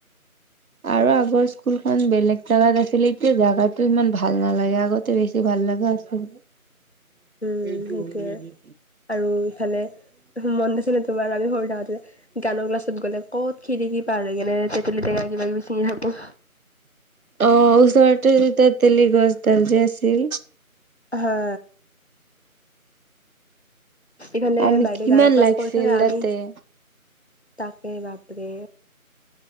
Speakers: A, on the right; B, on the left.
A: আৰু আগৰ স্কুলখন বেলেগ জাগাত আছিলে এতিয়া জাগাতো ইমান ভাল নালাগে আগত টে বেছি ভাল লাগা আছিল
B: <unintelligible> উম
A: এইটো
B: সেইটোয়ে
A: অলৰেদি
B: আৰু ইফালে মনত আছে নে তোমাৰ আমি সৰু থাকোতে গানৰ ক্লাছত গ'লে ক'ত খিৰিকি পাৰ হৈ কেনে তেতলী টেঙা কিবা কিবি চিঙি থাকো
A: অ ওচৰতে যেতিয়া তেলি গছডাল যে আছিল
B: হা ইফালে
A: আমি
B: বাইদেউ
A: কিমান
B: গানৰ ক্লাছ
A: লাগিছিল
B: কৰি থাকে আমি
A: তাতে
B: তাকে বাপৰে